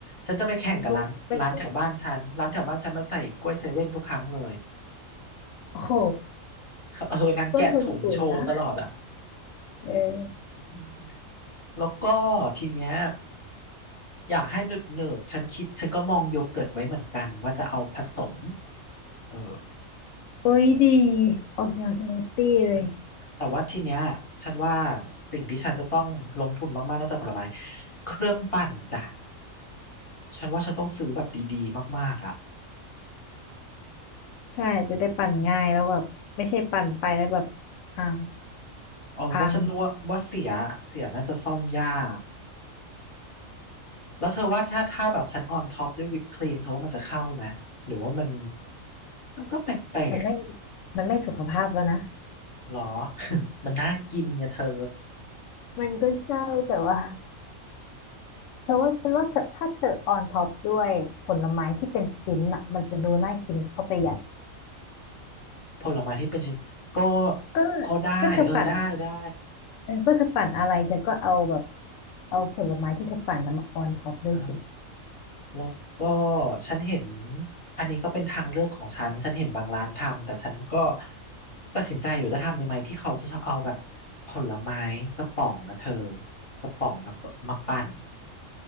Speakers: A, on the left; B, on the left.
A: ฉันจะไปแข่งกับร้านร้านแถวบ้านฉันร้านแถวบ้านฉันมันใส่กล้วยเซเว่นทุกครั้งเลย
B: ฉันก็ไปคุยโอ้โห
A: <laughs> เออนางแกะถุงโชว์ตลอดอ่ะ
B: ต้นทุนสูงนะเออ
A: อืมแล้วก็ทีเนี้ยอยากให้เนิร์ดเนิร์ดฉันคิดฉันก็มองโยเกิร์ตไว้เหมือนกันว่าจะเอาผสมเออ
B: อุ้ยดีออกแนวสมูทตี้เลย
A: ใช่แต่ว่าทีเนี้ยฉันว่าสิ่งที่ฉันจะต้องลงทุนมากๆนอกจากผลไม้เครื่องปั่นจ้ะ ฉันว่าฉันต้องซื้อแบบดีๆมากๆอ่ะ
B: ใช่จะได้ปั่นง่ายแล้วแบบไม่ใช่ปั่นไปแล้วแบบอ้าว
A: เออเพราะฉันรู้ว่าว่าเสียเสียน่าจะซ่อมยาก
B: พัง
A: แล้วเธอว่าถ้าถ้าแบบฉันออนท็อปด้วยวิปครีมเธอว่ามันจะเข้าไหมหรือว่ามันมันก็แปลก
B: มันไม่มันไม่สุขภาพแล้วนะ
A: ๆหรอ <laughs> มันน่ากินเนี่ยเธอ
B: มันก็ใช่แต่ว่า เธอว่าฉันว่าเธอถ้าเธอออนท็อปด้วยผลไม้ที่เป็นชิ้นอ่ะมันจะดูน่ากินเข้าไปใหญ่
A: ผลไม้ที่เป็นชิ้นก็
B: ก็
A: ก็ได้เออได้ได้
B: ก็เธอปั่นเออก็เธอปั่นอะไรเธอก็เอาแบบเอาผลไม้ที่เธอปั่นน่ะมาออนท็อปด้วยสิ
A: เออ แล้วก็ฉันเห็นอันนี้ก็เป็นทางเลือกของฉัน ฉันเห็นบางร้านทำแต่ฉันก็ตัดสินใจอยู่จะทำในไหมที่เขาจะเอาแบบผลไม้กระป๋องนะเธอกระป๋องอะมาปั่น